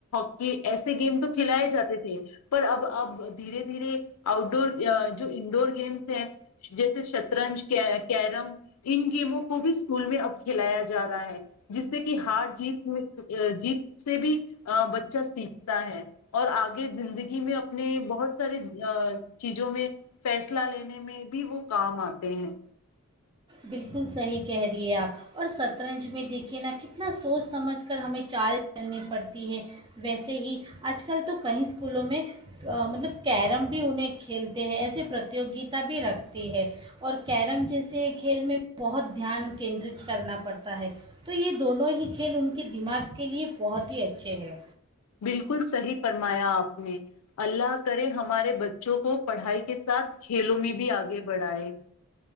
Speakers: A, on the left; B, on the right.
A: ہی کہ ایسے گیم تو کھلائے جاتے تھے پر اب اب دھیرے دھیرے آؤٹ ڈور جو انڈور گیمس ہیں جیسے شطرنج کیرم ان گیموں کو بھی اسکول میں اب کھلایا جا رہا ہے جس سے کہ ہار جیت میں جیت سے بھی بچہ سیکھتا ہے اور آگے زندگی میں اپنے بہت سارے چیزوں میں فیصلہ لینے میں بھی وہ کام آتے ہیں
B: بالکل صحیح کہہ رہی ہیں آپ اور شطرنج میں دیکھیے نا کتنا سوچ سمجھ کر ہمیں چال چلنی پڑتی ہے ویسے ہی آج کل تو کیں اسکولوں میں مطلب کیرم بھی انہیں کھیلتے ہیں ایسے پرتوگتا بھی رکھتے ہے اور کیرم جیسے کھیل میں بہت دھیان کیندرت کرنا پڑتا ہے تو یہ دونوں ہی کھیل ان کے دماغ کے لیے بہت ہی اچھے ہیں
A: بالکل صحیح فرمایا آپ نے اللہ کرے ہمارے بچوں کو پڑھائی کے ساتھ کھیلوں میں بھی آگے بڑھا ہے